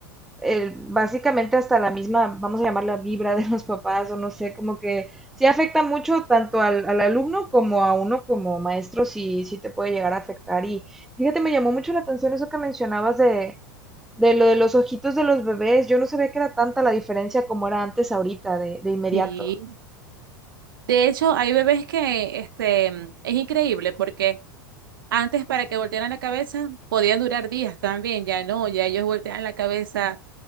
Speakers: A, in the centre; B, on the right.
A: el- básicamente hasta la misma, vamos a llamarla vibra de los papás o no sé, como que sí afecta mucho tanto al, al alumno como a uno como maestro, sí, sí te puede llegar a afectar. Y fíjate, me llamó mucho la atención eso que mencionabas de, de lo de los ojitos de los bebés. Yo no sabía que era tanta la diferencia como era antes ahorita, de, de inmediato.
B: Sí. De hecho, hay bebés que este, mm, es increíble porque Antes para que voltearan la cabeza podían durar días también, ya no, ya ellos voltean la cabeza